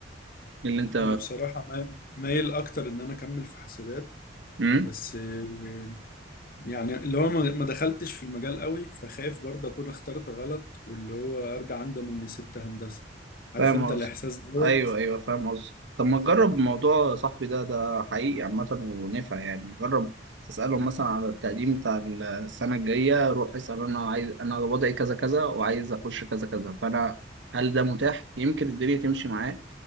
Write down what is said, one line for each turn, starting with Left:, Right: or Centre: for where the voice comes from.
Right: إيه اللي انت
Left: انا بصراحه ما- مايل اكتر ان انا اكمل في حاسبات
Right: مم؟
Left: بس آه، يعني اللي هو ما ما دخلتش في المجال قوي فخايف برضه اكون اخترت غلط واللي هو ارجع اندم اني سبت هندسه عارف
Right: فاهم
Left: انت
Right: قصدي
Left: الاحساس دوت
Right: ايوه ايوه فاهم قصدي طب ما تجرب موضوع صاحبي ده ده حقيقي عامة ونفع يعني جرب تسألهم مثلا على التقديم بتاع السنة الجاية روح اسأل انا عايز انا وضعي كذا كذا وعايز اخش كذا كذا فانا هل ده متاح يمكن الدنيا تمشي معاه